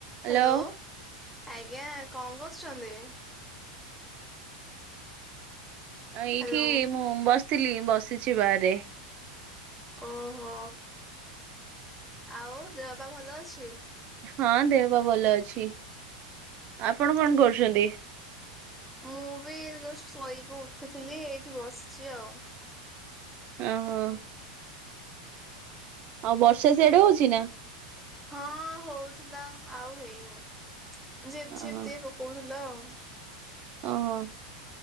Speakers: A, on the right; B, in the centre.
A: Hello
B: hello ଆଜ୍ଞା କଣ କରୁଛନ୍ତି?
A: ଏଇଠି
B: ହ୍ୟାଲୋ
A: ମୁଁ ବସିଥିଲି ବସିଛି ବାହାରେ।
B: ଓହୋ। ଆଉ ଦେହ ବାପା ଭଲ ଅଛି?
A: ହଁ ଦେହପା ଭଲ ଅଛି ଆପଣ କଣ କରୁଛନ୍ତି?
B: ମୁଁ ବି ଶୋଇ କି ଉଠିଥିଲି ଏଇଠି ବସିଛି ଆଉ।
A: ଓହୋ। ଆଉ ବର୍ଷା ସେଆଡେ ହଉଛି ନା?
B: ହଁ ହଉଥିଲା ଆଉ ହେଇନି ଝିପି
A: ଓହୋ
B: ଝିପି ଟିକେ ପକଉଥିଲା ଆଉ।
A: ଓହୋ।